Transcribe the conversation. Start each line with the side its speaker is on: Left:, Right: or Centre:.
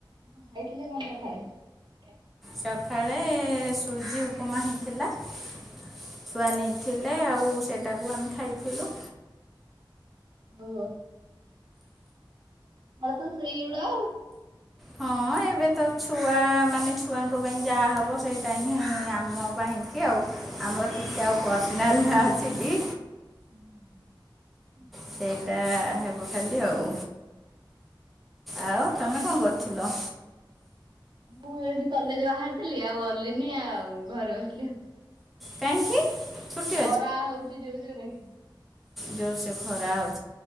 Right: କଣ ଖାଇଥିଲି କଣ ସଖାଳେ?
Centre: ସକାଳେ ସୁଜି ଉପମା ହେଇଥିଲା। ଛୁଆ ନେଇଥିଲେ ଆଉ ସେଇଟାକୁ ଆମେ ଖାଇଥିଲୁ।
Right: ଓ ହୋ। ଅଳ୍ପ ସେଇ ଉଡା।
Centre: ହଁ ଏବେ ତ ଛୁଆ ମାନେ ଛୁଆଙ୍କ ପାଇଁ ଯାହା ହେବ ସେଇଟା ହିଁ ଆମ ପାଇଁକି ଆଉ ଆମର କିଛି ଆଉ ପର୍ସନାଲ୍ ହଁ ଆସିକି।
Right: <unintelligible>
Centre: ସେଇଟା ହେବ। ହବ ଖାଲି ଆଉ, ଆଉ ତମେ କଣ କରିଥିଲ?
Right: ମୁଁ ଏଠି କଲେଜ ବାହାରିଥିଲି ଆଉ ଗଲିନି ଆଉ ଘରେ ବସିଲି।
Centre: କାହିଁକି? ଛୁଟି
Right: ଖରା ହଉଛି ଜୋର ଜୋରେ।
Centre: ଜୋରସ ଖରା ହ